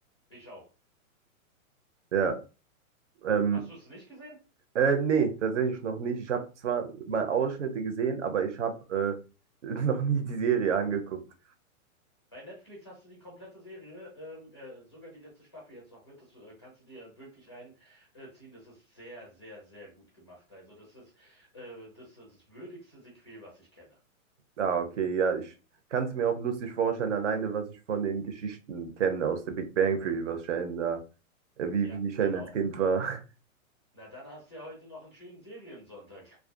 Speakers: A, on the left (about 20°); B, on the right (about 55°).
A: Ich auch.
B: Ja, ähm,
A: Hast du es nicht gesehen?
B: Äh, nee, tatsächlich noch nicht. Ich habe zwar mal Ausschnitte gesehen, aber ich habe äh, <laughs> noch nie die Serie angeguckt.
A: Bei Netflix hast du die komplette Serie, ähm, äh, sogar die letzte Staffel jetzt noch mit. Das äh, kannst du dir wirklich reinziehen. Äh, ziehen. das ist sehr, sehr, sehr gut gemacht. Also das ist äh, das, das würdigste Sequel, was ich kenne.
B: Ah, okay, ja, ich kann es mir auch lustig vorstellen, alleine was ich von den Geschichten kenne aus der Big Bang Theory, was Sheldon da, äh, wie,
A: Ja,
B: wie Sheldon
A: genau.
B: als Kind war. <laughs>
A: Na, dann hast du ja heute noch einen schönen Seriensonntag.